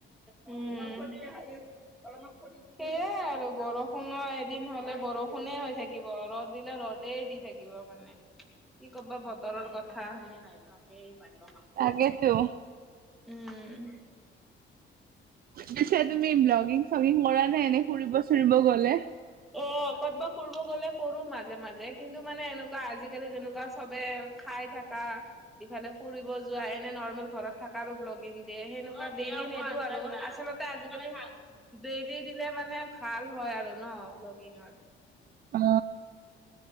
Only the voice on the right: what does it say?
তাকেতো
পিছে তুমি ব্লগিং চগিং কৰা নে এনে ফুৰিব চুৰিব গলে
অ